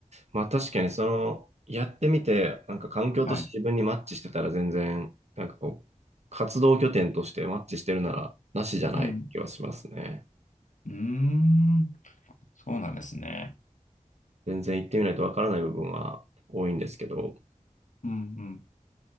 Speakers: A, on the right; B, on the left.
A: まあ確かにその、やってみて、なんか環境として自分にマッチしてたら全然、
B: はい。
A: なんかこう、活動拠点としてマッチしてるなら、なしじゃない気はしますね。
B: うん。うーん。そうなんですね。
A: 全然行ってみないとわからない部分は多いんですけど、
B: うんうん。